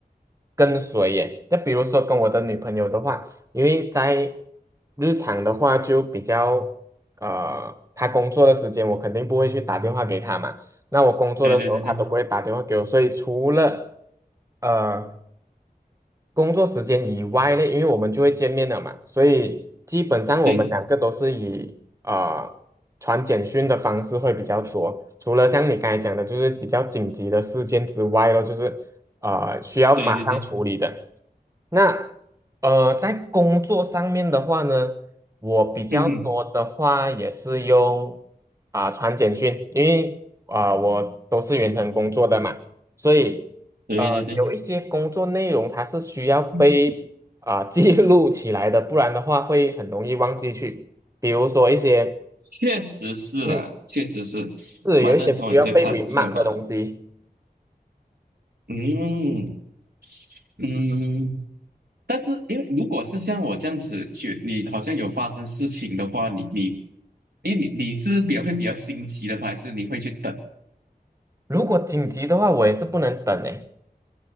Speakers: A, on the right; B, on the right.
A: 跟随耶。就比如说跟我的女朋友的话，因为在日常的话就比较呃，她工作的时间我肯定不会去打电话给她嘛。那我工作的时候她都不会打电话给我，
B: 对对对对
A: 所以除了呃工作时间以外嘞，因为我们就会见面了嘛，所以基本上我们两个都是以呃传简讯的方式会比较多。
B: 对
A: 除了像你刚才讲的，就是比较紧急的事件之外咯，就是呃需要马上处理的。
B: 对对对，
A: 那呃，在工作上面的话呢，我比较多的话也是用啊、
B: 嗯哼，
A: 传简讯，因为啊、我都是远程工作的嘛，所以。
B: 对对对，
A: 呃，有一些工作内容它是需要被啊、
B: 嗯
A: 记录起来的，不然的话会很容易忘记去。比如说一些，
B: 确实是啦，
A: 嗯，
B: 确实是，
A: 是有一些需要被
B: 蛮认同你这看看法。
A: remind 的东西。
B: 嗯嗯，但是因为如果是像我这样子去，你好像有发生事情的话，你你，因为你你是比较会比较心急的吗还是你会去等？
A: 如果紧急的话，我也是不能等诶。